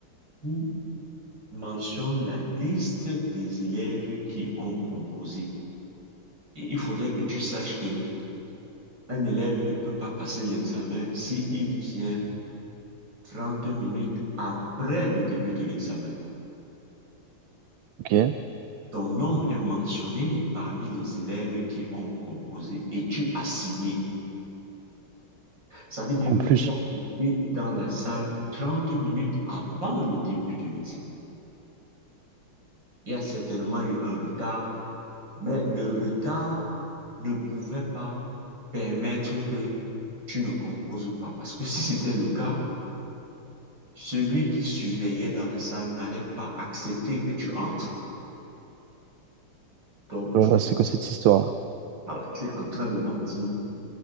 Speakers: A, on the right; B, on the right.
A: qui mentionne la liste des élèves qui ont composé. Et il faudrait que tu saches que un élève ne peut pas passer l'examen s'il vient 30 minutes après le début de l'examen.
B: Ok.
A: Ton nom est mentionné parmi les élèves qui ont composé et tu as signé. Ça veut dire
B: En
A: que
B: plus,
A: tu as été dans la salle 30 minutes avant le début de l'examen. Il y a certainement eu un retard, mais le retard ne pouvait pas permettre que tu ne composes pas. Parce que si c'était le cas, celui qui surveillait dans la salle n'allait pas accepter que tu entres. Donc,
B: oh
A: tu
B: là là,
A: es,
B: c'est quoi cette histoire-là?
A: voilà, tu es en train de mentir